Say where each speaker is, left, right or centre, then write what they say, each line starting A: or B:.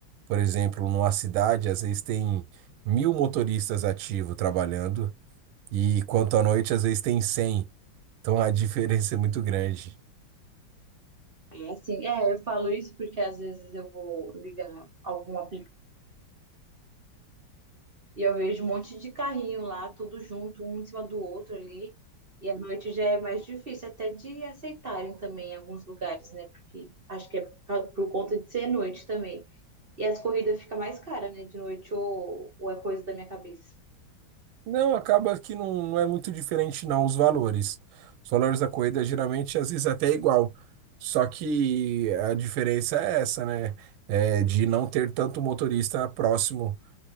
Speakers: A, on the right; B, on the right.
A: por exemplo, numa cidade, às vezes tem mil motoristas ativos trabalhando, e quanto à noite, às vezes tem cem, Então a diferença é muito grande.
B: É assim, é, eu falo isso porque às vezes eu vou ligar algum aplicativo e eu vejo um monte de carrinho lá, tudo junto, um em cima do outro ali. E à noite já é mais difícil até de aceitarem também em alguns lugares, né? Porque acho que é por causa- por conta de ser noite também. E as corridas ficam mais caras, né? De noite, ou, ou é coisa da minha cabeça.
A: Não, acaba que não, não é muito diferente, não, os valores. Os valores da corrida geralmente, às vezes, até é igual. Só que a diferença é essa, né? É de não ter tanto motorista próximo